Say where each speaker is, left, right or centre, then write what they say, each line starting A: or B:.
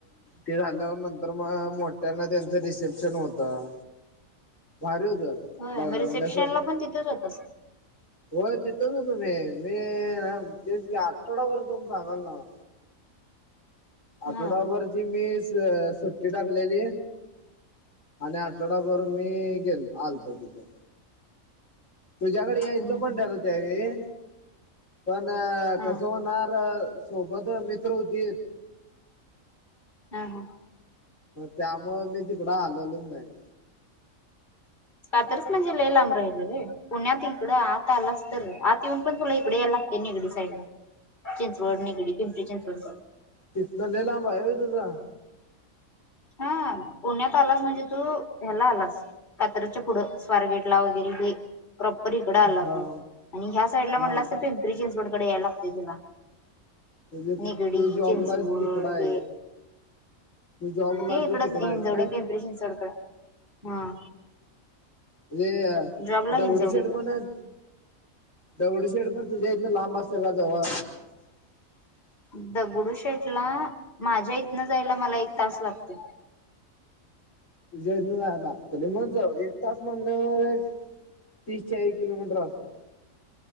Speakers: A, on the left; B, on the left.
A: ते झाल्यावर नंतर मग मोठ्यांन त्यांचं रिसेप्शन होतं. भारी होतं.
B: होय
A: बघ म्हणजे
B: मग रिसेप्शन
A: असं
B: ला पण तिथंच होतास.
A: होय तिथंच होतो. मी मी तेच की आठवडाभर होतो सांगालोय नवं. आठवडाभर
B: हा.
A: ची मी सुट्टी टाकलेली. आणि आठवडाभर मी गेल आलतो तिथं. तुझ्याकडं यायचं
B: हम्म हम्म.
A: पण ठरलं त्यावेळी, पण
B: हा
A: कसं होणार. तर सोबत मित्र होतीत.
B: हा हा.
A: त्यामुळं मी तिकडं आलेलो नाही.
B: कात्रज म्हणजे लई लांब राहिल रे. पुण्यात इकडं आत आलास तर, आत येऊन पण तुला इकड याय लागत नीगडी साईडला. चिंचवड निगडी पिंपरी चिंचवड कड.
A: तिथं लय लांब आहे व्हय तुझा?
B: हां पुण्यात आलास म्हणजे तु हेला आलास कात्रजच्या पुढं, स्वारगेटला वगैरे हे. प्रॉपर इकडं आलं
A: हा
B: आपलं आणि ह्या साइडला
A: हा
B: म्हणलास तर ते पिंपरी चिंचवडकडं याय लागतंय तुला.
A: म्हणजे
B: निगडी,
A: तू जॉबला
B: चिंचवड
A: आहेस तिकडं आहे
B: हे.
A: काय तू जॉबला
B: ते
A: ती
B: इकडच
A: तिकडं
B: हिंजवडी
A: आहेस काय
B: पिंपरी चिंचवडकडं हां.
A: हे
B: जॉबला
A: दगडूशेठ
B: हिंजवडीकडे
A: म्हणत दगडूशेठ पण तुझ्या इथनं लांब असंल का जवळ?
B: दगडूशेठला माझ्या इथनं जायला मला एक तास लागतो.
A: तुझ्या इथनं जायला? तरी मग जर एक तास म्हणल्यावर एक तीस चाळीस किलोमीटर असणार.